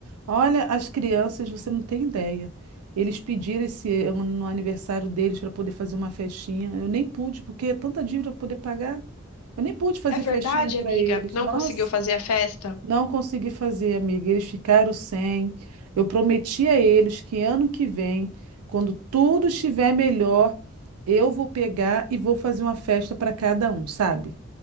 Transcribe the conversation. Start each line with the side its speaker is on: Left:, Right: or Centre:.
Right: Olha, as crianças, você não tem ideia. Eles pediram esse ano no aniversário deles para poder fazer uma festinha. Eu nem pude, porque é tanta dívida para poder pagar. Eu nem pude fazer
Left: É verdade,
Right: festinha para
Left: amiga,
Right: eles.
Left: não
Right: Nossa,
Left: conseguiu fazer a festa?
Right: não consegui fazer, amiga. Eles ficaram sem. Eu prometi a eles que ano que vem, quando tudo estiver melhor, eu vou pegar e vou fazer uma festa para cada um, sabe?